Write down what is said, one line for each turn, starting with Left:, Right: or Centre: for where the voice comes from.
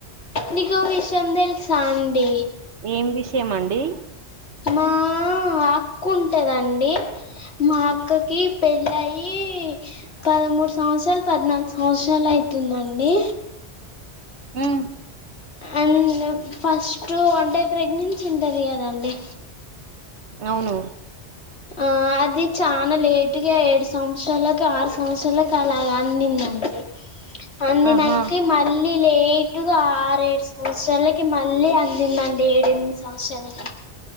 Left: నీకో విషయం తెలుసా అండి?
Right: ఏం విషయం అండి?
Left: మా అక్క ఉంటాదండి మాఅక్కకి పెళ్ళి అయ్యి పదమూడు సంవత్సరాలు, పద్నాలుగు సంవత్సరాలు అవుతుందండి.
Right: ఉమ్,
Left: అండ్ ఫస్ట్ టు అంటే ప్రెగ్నెన్సీ ఉంటాది కదా అండి?
Right: అవును
Left: ఆ అది చాలా లేటుగా ఏడు సంవత్సరాలకు, ఆరు సంవత్సరాలకు అలాగ అందిందండి. అంది
Right: ఆహా
Left: నాకి మరి మళ్ళీ లేటుగా ఆరు ఏడు సంవత్సరాలకి మళ్ళీ అందిందండి. ఏడెనిమిది సంవత్సరాలకి.